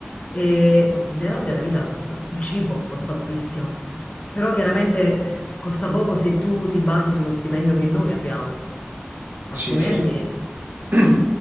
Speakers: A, on the left; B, on the right.
A: E no, in Thailandia la vita costa, il cibo costa pochissimo, però chiaramente eh, costa poco se tu ti basi sullo stipendio che noi abbiamo, altrimenti
B: Sì, sì. <clears throat>